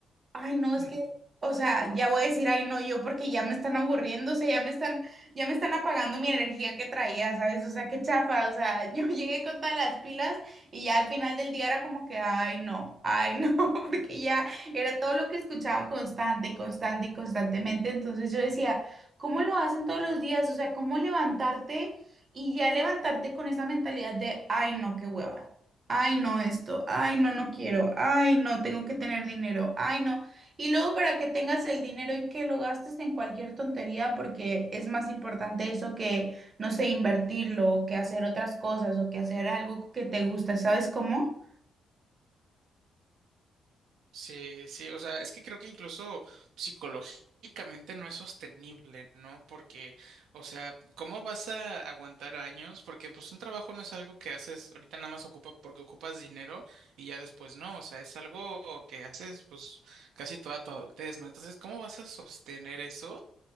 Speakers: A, on the right; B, on the right.
A: Ay, no, es
B: <laughs>
A: que, o sea, ya voy a decir, ay, no, yo porque ya me están aburriendo, o sea, ya me están, ya me están apagando mi energía que traía, ¿sabes? O sea, qué chafa, o sea, <laughs> yo llegué con todas las pilas y ya al final del día era como que, ay, no, ay, no, <laughs> porque ya era todo lo que escuchaba constante y constante y constantemente, entonces yo decía, ¿cómo lo hacen todos los días? O sea, ¿cómo levantarte y ya levantarte con esa mentalidad de, ay, no, qué hueva? Ay, no, esto. Ay, no, no quiero. Ay, no, tengo que tener dinero. Ay, no. Y luego para que tengas el dinero y que lo gastes en cualquier tontería, porque es más importante eso que, no sé, invertirlo, o que hacer otras cosas, o que hacer algo que te gusta, ¿sabes cómo?
B: Sí, sí, o sea, es que creo que incluso psicológicamente no es sostenible, ¿no? Porque, o sea, ¿cómo vas a aguantar años? Porque pues un trabajo no es algo que haces ahorita nada más ocupa porque ocupas dinero y ya después no, o sea, es algo que haces pues casi toda tu adultez, ¿no? Entonces, ¿cómo vas a sostener eso?